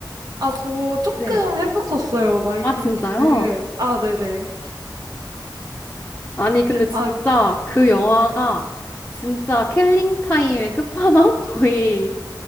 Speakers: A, on the right (about 50°); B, on the left (about 15°).
A: 아, 저 조금
B: 네.
A: 해봤었어요. 마인크래프트.
B: 아, 진짜요?
A: 아, 네네.
B: 아니, 근데 진짜
A: 아,
B: 그 영화가
A: 네.
B: 진짜 킬링 타임의 끝판왕? <laughs> 거의